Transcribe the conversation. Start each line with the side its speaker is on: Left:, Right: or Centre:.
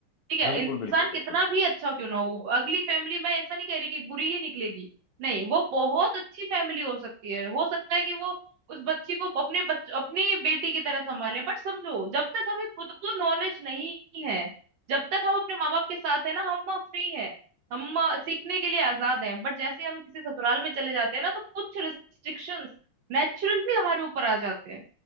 Right: ठीक है
Left: बिल्कुल
Right: इंसान
Left: बिल्कुल बिल्कुल
Right: कितना भी अच्छा क्यों ना हो अगली फैमिली मैं ऐसा नहीं कह रही कि बुरी ही निकलेगी नहीं वो बहुत अच्छी फैमिली हो सकती है हो सकता है कि वो उस बच्ची को अपने बच, अपनी बेटी की तरह संभाले बट समझो जब तक हमें खुद को नॉलेज नहीं है जब तक हम अपने माँ बाप के साथ है ना हम फ्री है हम अ, सीखने के लिए आजाद हैं बट जैसे हम किसी ससुराल में चले जाते हैं ना तो कुछ रिस्ट्रिक्शंस नेचुरली हमारे ऊपर आ जाते हैं